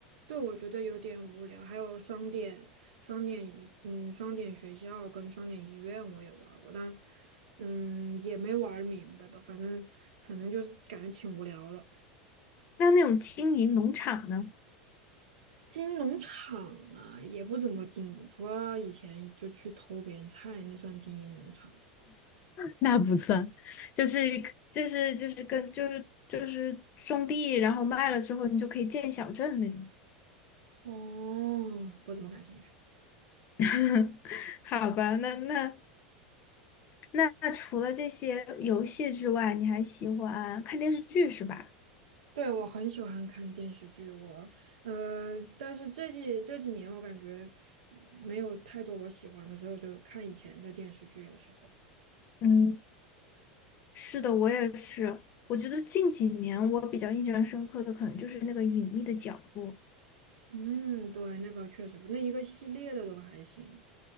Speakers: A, on the right; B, on the left.
A: 对，我觉得有点无聊。还有双点、双点医，嗯，双点学校跟双点医院我也玩儿过，但嗯也没玩儿明白吧，反正反正就是感觉挺无聊的。
B: 那那种经营农场呢？
A: 经营农场啊，也不怎么经营，除了以前就去偷别人菜，那算经营农场。
B: 那不算，就是就是就是跟就是就是种地，然后卖了之后，你就可以建小镇那种。
A: 哦，不怎么感兴趣。
B: <laughs> 好吧，那那那那除了这些游戏之外，你还喜欢看电视剧是吧？
A: 对，我很喜欢看电视剧，我呃，但是这几这几年我感觉没有太多我喜欢的，所以我就看以前的电视剧，有时候。
B: 嗯，是的，我也是。我觉得近几年我比较印象深刻的，可能就是那个《隐秘的角落》
A: 嗯，对，那个确实不，那一个系列的都还行。